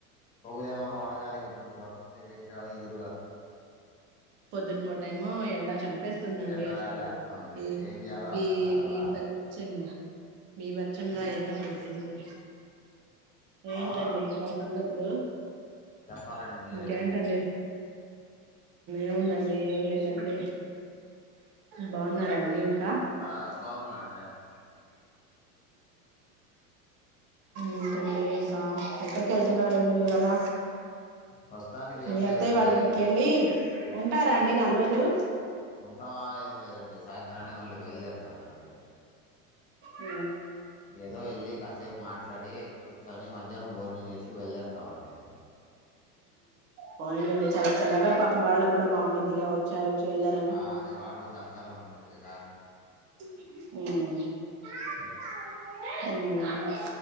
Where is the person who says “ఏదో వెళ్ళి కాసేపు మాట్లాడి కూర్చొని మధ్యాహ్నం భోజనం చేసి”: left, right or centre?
Left